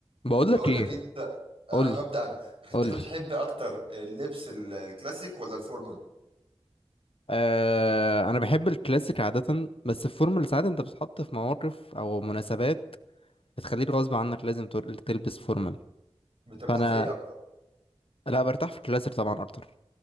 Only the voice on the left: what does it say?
بقول
لك ايه
قول لي
قول لي
آه انا بحب الكلاسيك عاده بس الفورمال ساعات انت بتتحط في مواقف او مناسبات بتخليك غصب عنك لازم تل- تلبس فورمال
فانا
لا برتاح في الكلاسيك طبعا اكتر